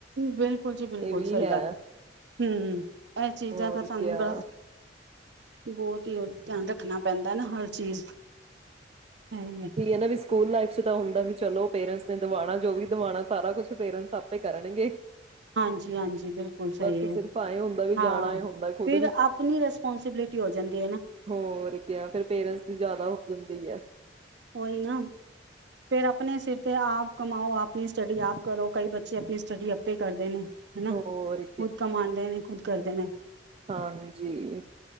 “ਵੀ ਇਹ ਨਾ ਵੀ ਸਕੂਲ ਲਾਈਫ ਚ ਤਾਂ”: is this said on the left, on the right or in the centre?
Right